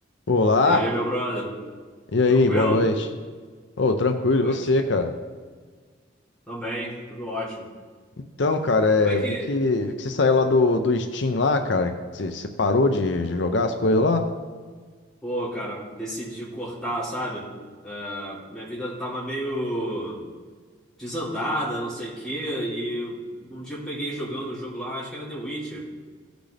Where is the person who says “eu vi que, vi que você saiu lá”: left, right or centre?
Left